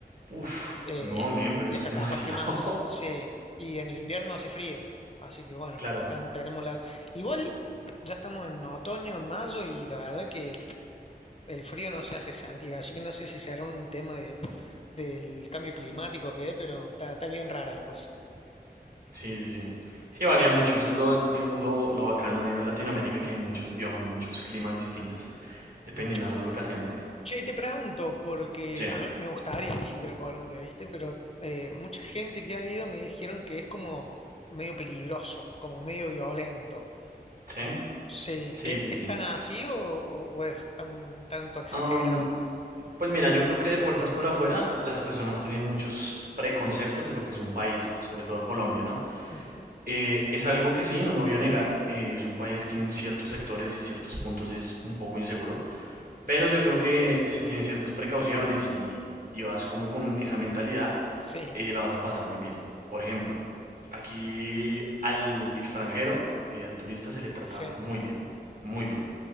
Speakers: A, on the right; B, on the left.
A: Uf,
B: eh,
A: no, men, pero
B: y
A: eso
B: hasta
A: es demasiado.
B: capaz que más,
A: <laughs>
B: sí. Y en invierno hace frío, así que bueno,
A: Claro,
B: tan- tenemos la... Igual ya estamos en otoño, en mayo, y la verdad que el frío no se hace sentir, así que no sé si será un tema de- del cambio climático o qué, pero está, está bien rara la cosa.
A: sí, sí, sí. Sí, varía mucho. Eso es lo, digamos, lo, lo bacano de Latinoamérica, que hay muchos biomas, muchos climas distintos, dependiendo
B: De una.
A: de la locación.
B: Che, y te pregunto, porque
A: Sí,
B: a mí me gustaría visitar Colombia, ¿viste? Pero eh, mucha gente que ha ido me dijeron que es como medio peligroso, como medio violento.
A: sí,
B: Sí, ¿es,
A: sí,
B: es
A: sí,
B: tan así o, o- o es tan tanto exagerado?
A: sí. Pues mira, yo creo que de puertas para afuera las personas tienen muchos preconceptos de lo que es un país, sobre todo Colombia, ¿no?
B: Ujú.
A: Eh, es algo que sí, no lo voy a negar, eh, es un país que en ciertos sectores y ciertos puntos es un poco inseguro, pero yo creo que si tienes ciertas precauciones y, y vas como con esa mentalidad,
B: Sí,
A: eh, la vas a pasar muy bien. Por ejemplo, aquí al extranjero, eh, al turista se le trata
B: sí,
A: muy bien, muy bien.